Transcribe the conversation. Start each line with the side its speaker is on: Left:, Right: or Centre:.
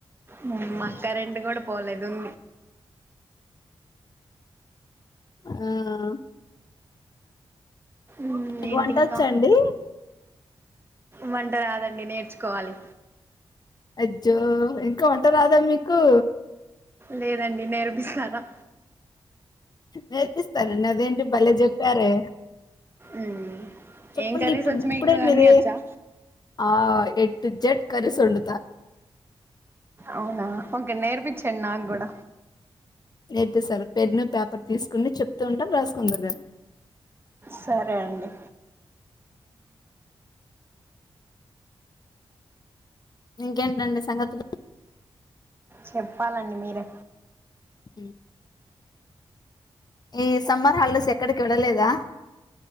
Right: మ అక్క రెండు కూడా పోలేదుం
Left: ఉ
Right: మ్మ్
Left: కు
Right: ఏంటి
Left: వంట
Right: ఇంకా
Left: వచ్చా అండి?
Right: వంట రాదండి నేర్చుకోవాలి.
Left: అజ్జో ఇంకా వంట రాదా మీకు?
Right: లేదండి నేర్పిస్తార
Left: నేర్తిస్తానండి అదేంటి బలే జెప్పారే
Right: మ్మ్
Left: చెప్పండి
Right: ఏం కర్రీస్
Left: ఇప్పటికిప్పుడే
Right: వచ్చు మీకు
Left: మీరే
Right: అన్నీ వచ్చా
Left: ఆ ఎ టి జెట్ కర్రీస్ వండుత
Right: అవునా ఓకే నేర్పించండి నాగుడ
Left: అయితే సార్ పెన్ను పేపర్ తీసుకొండి చెప్తూ ఉంటా రాసుకుందుర్ గాని
Right: సరే అండి
Left: ఇంకేంటండి సంగతులు
Right: చెప్పాలండి మీరే
Left: ఉ ఈ సమ్మర్ హాలిడేస్ ఎక్కడికి వెల్లలేదా